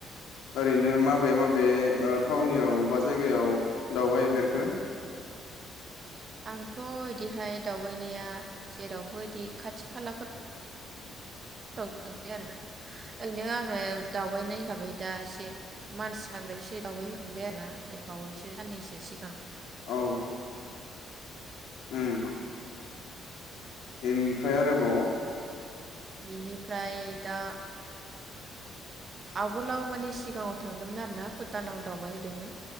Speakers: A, on the left (about 85°); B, on the right (about 30°).
A: ओरैनो माबे माबे ओ थावउनियाव बा जायगायाव दावबायफेरखो?
B: आंथ' इदिहाय दावबायनाया जेरावबो इदि खाथि खालाफोर औ जों आरोना ओरैनो आं औ दावबायनाय हिसाबै दा एसे मान्स हाग्रायावसे दावबाय हैैखांबाय आरो ना नै बावैसो साननैसो सिगां
A: औ ओं इमफ्राय आरोबाव
B: बेनिफ्राय दा आगोलाव माने सिगाङाव थांदोंमोन आर ना भुटानाव दावबायहैदोंमोन